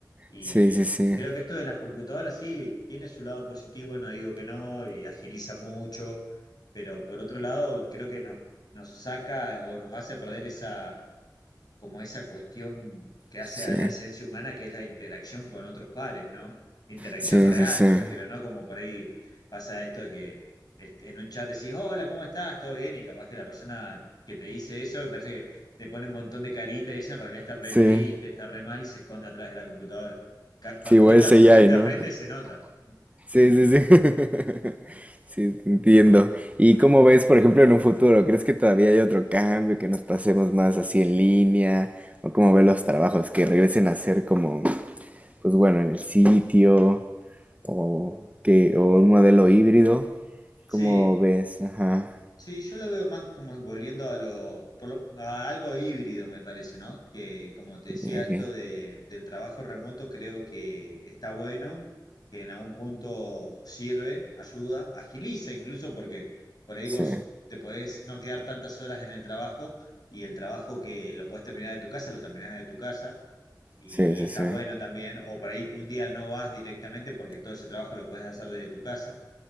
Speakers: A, on the left; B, on the right.
A: Y,
B: sí, sí, sí,
A: y creo que esto de las computadoras sí tiene su lado positivo, no digo que no, y agiliza mucho, pero por otro lado creo que no- nos saca o nos hace perder esa como esa cuestión que hace
B: sí,
A: a la esencia humana, que es la interacción con otros pares, ¿no? Interacción
B: sí,
A: real,
B: sí, sí,
A: me refiero, ¿no? Como por ahí pasa esto de que este, en un chat decís, hola, ¿cómo estás? ¿Todo bien? Y capaz que la persona que te dice eso, me parece que te pone un montón de caritas y eso en realidad está re
B: sí,
A: triste, está re mal y se esconde atrás de la computadora. Ca- Cuando
B: sí, igual
A: vos estás
B: ese ya,
A: frente
B: ¿no?
A: a frente
B: <laughs>
A: se nota.
B: Sí, sí, sí. <laughs> Sí, te entiendo. ¿Y cómo ves, por ejemplo, en un futuro? ¿Crees que todavía hay otro cambio, que nos pasemos más así en línea? ¿O cómo ves los trabajos que regresen a ser como, pues bueno, en el sitio o que o un modelo híbrido?
A: Sí.
B: ¿Cómo ves? Ajá.
A: Sí, yo lo veo más como volviendo a lo, por lo- a algo híbrido, me parece, ¿no? Que como te decía,
B: Ok.
A: esto de, del trabajo remoto creo que está bueno, que en algún punto sirve, ayuda, agiliza incluso porque por ahí vos
B: Sí,
A: te podés no quedar tantas horas en el trabajo y el trabajo que lo podés terminar de tu casa, lo terminás de tu casa y,
B: sí, sí,
A: está
B: sí,
A: bueno también, o por ahí un día no vas directamente porque todo ese trabajo lo podés hacer desde tu casa.